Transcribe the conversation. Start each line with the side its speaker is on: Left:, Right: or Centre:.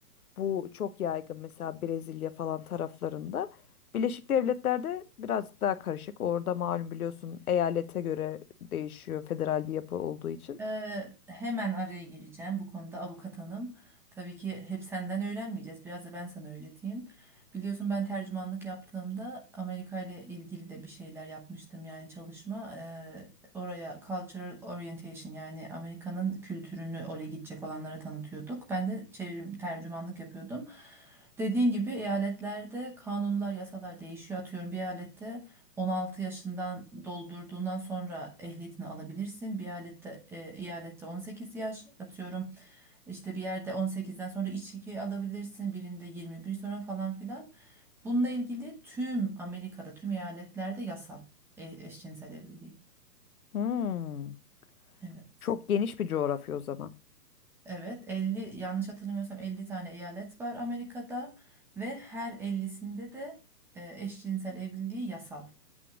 Left: Bu çok yaygın mesela Brezilya falan taraflarında. Birleşik Devletler'de birazcık daha karışık. Orada malum biliyorsun eyalete göre değişiyor federal bir yapı olduğu için.
Centre: Ee, hemen araya gireceğim bu konuda avukat hanım. Tabii ki hep senden öğrenmeyeceğiz. Biraz da ben sana öğreteyim. Biliyorsun ben tercümanlık yaptığımda Amerika ile ilgili de bir şeyler yapmıştım yani çalışma. Ee, oraya cultural orientation yani Amerika'nın kültürünü oraya gidecek olanlara tanıtıyorduk. Ben de çevirim tercümanlık yapıyordum. Dediğin gibi eyaletlerde kanunlar, yasalar değişiyor. Atıyorum bir eyalette 16 yaşından doldurduğundan sonra ehliyetini alabilirsin. Bir eyalette, e, eyalette 18 yaş atıyorum. İşte bir yerde 18'den sonra içki alabilirsin. Birinde 21 sonra falan filan. Bununla ilgili tüm Amerika'da tüm eyaletlerde yasal e, eşcinsel evliliği.
Left: Hmm.
Centre: Evet.
Left: Çok geniş bir coğrafya o zaman.
Centre: Evet 50 yanlış hatırlamıyorsam 50 tane eyalet var Amerika'da ve her 50'sinde de e, eşcinsel evliliği yasal.